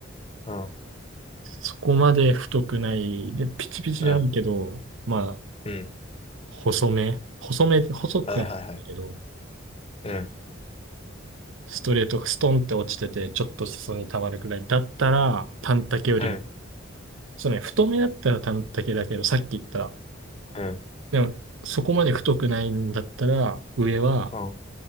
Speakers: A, on the left; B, on the right.
A: うん、
B: そこまで太くない、で、ピチピチじゃないけど、
A: うん、
B: まあ、
A: うん。
B: 細め、細め、細くはないけど、
A: はいはいはい。うん、
B: ストレートがストンって落ちてて、ちょっと裾に溜まるぐらいだったら、短丈よりも
A: うん、
B: そうね、太めだったら短丈だけど、さっき言った、
A: うん、
B: でも、そこまで太くないんだったら、上は
A: うん。